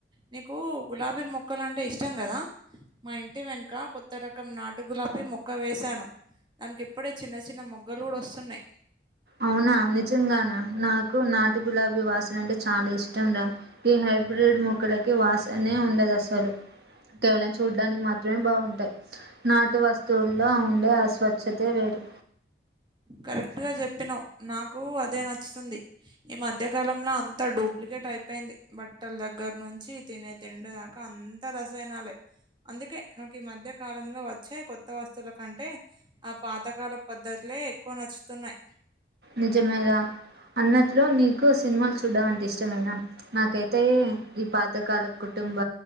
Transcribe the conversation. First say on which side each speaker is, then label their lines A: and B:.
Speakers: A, on the right; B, on the right.
A: నీకు గులాబీ మొక్కలు అంటే ఇష్టం కదా మా ఇంటి వెనుక కొత్త రకం నాటు గులా చెప్పి మొక్క వేశాను దానికి ఇప్పుడే చిన్న చిన్న మొగ్గలు కూడా వస్తున్నాయ్
B: అవునా నిజంగానా నాకు నాటు గులాబీ వాసన అంటే చాలా ఇష్టం రా ఈ హైబ్రిడ్ మొక్కలకి వాసనే ఉండదసలు కేవలం చూడ్డానికి మాత్రమే బాగుంటాయ్ నాటు వస్తువుల్లో ఉండే అస్వచ్ఛతే వేరు
A: కరెక్ట్ గా చెప్పినావ్ నాకు అదే నచ్చుతుంది ఈ మధ్యకాలంలో అంత డూప్లికే కేట్ అయిపోయింది బట్టల దగ్గర నుంచి తినే తిండి దాకా అంత రసయినాలే అందుకే నాకు ఈ మధ్య కాలంలో వచ్చే కొత్త వస్తువుల కంటే ఆ పాతకాల పద్ధతులే ఎక్కువ నచ్చుతున్నాయి
B: నిజమేగా అన్నట్లు నీకు సినిమాలు చూడ్డం అంటే ఇష్టమైన నాకైతే ఈ పాతకాల కుటుంబ